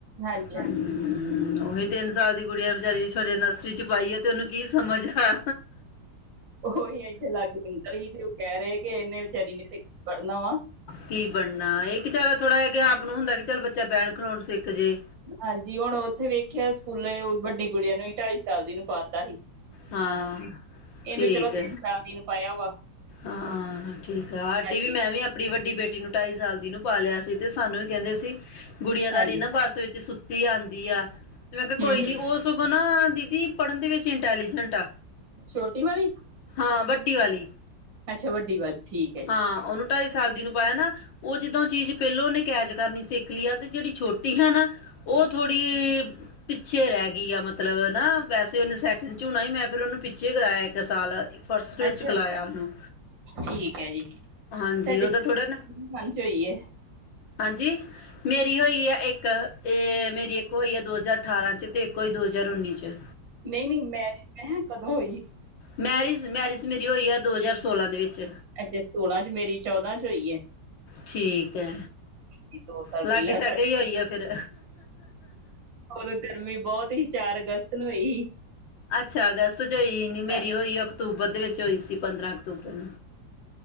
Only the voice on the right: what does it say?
ਹਾਂਜੀ
ਹਾਂਜੀ
ਉਹੀ ਇੱਥੇ ਲਾਗੇ ਨਿਕਲ ਹੀ ਤੇ ਉਹ ਕਹਿ ਰਹੇ ਕਿ ਇੰਨੇ ਵਿਚਾਰੀ ਨੇ ਪੜ੍ਹਨਾ ਵਾ
ਹਾਂਜੀ, ਹੁਣ ਉੱਥੇ ਵੇਖਿਆ ਸਕੂਲੇ ਵੱਡੀ ਗੁੜੀਆ ਨੂੰ ਢਾਈ ਸਾਲ ਦੀ ਨੂੰ ਪਾਤਾ ਸੀ।
ਇਹਨੂੰ
ਚਲੋ
ਤਿੰਨ ਸਾਲ ਦੀ ਨੂੰ ਪਾਇਆ ਵਾ
ਹਾਂਜੀ
ਹਾਂਜੀ
ਹੂੰ
ਹੂੰ
ਛੋਟੀ ਵਾਲੀ
ਅੱਛਾ ਵੱਡੀ ਵੱਲ, ਠੀਕ। ਹੈ ਜੀ
ਅੱਛਾ
ਠੀਕ ਐ ਜੀ,
ਸਾਡੇ
ਸਨ
ਚ ਹੋਈ ਐ।
ਨਹੀਂ, ਨਹੀਂ ਮੈਂਰੇਜ ਮੈਂ ਕਿਹਾ ਕਦੋਂ ਹੋਈ ਏ
ਅੱਜੇ ਸੋਲਾਂ ਚ ਮੇਰੀ ਚ ਹੋਈ ਹੈ
ਜੀ ਸਾਲ
ਪਹਿਲਾਂ
ਤੁਹਾਡੇ
ਉਦੋਂ ਗਰਮੀ ਬਹੁਤ ਹੀ ਅਗਸਤ ਨੂੰ ਹੋਈ
ਸੀ।